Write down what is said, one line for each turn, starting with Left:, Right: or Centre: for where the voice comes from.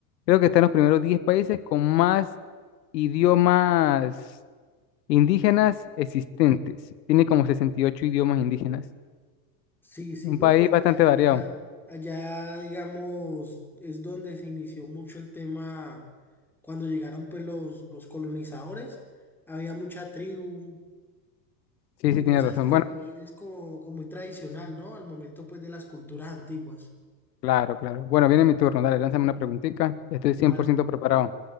Left: creo que está en los primeros 10 países con más idiomas indígenas existentes. Tiene como 68 idiomas indígenas.
Centre: Sí, sí,
Left: Un
Centre: no,
Left: país
Centre: pues
Left: bastante
Centre: ya allá,
Left: variado.
Centre: allá, digamos, es donde se inició mucho el tema cuando llegaron pues los, los colonizadores. Había mucha tribu,
Left: Sí,
Centre: Y
Left: sí,
Centre: vos
Left: tiene
Centre: sabés
Left: razón.
Centre: que ese
Left: Bueno,
Centre: país es como, como muy tradicional, ¿no? Al momento pues de las culturas antiguas.
Left: claro, claro. Bueno, viene mi turno. Dale, lánzame una preguntita. Estoy cien
Centre: Vale,
Left: por ciento preparado.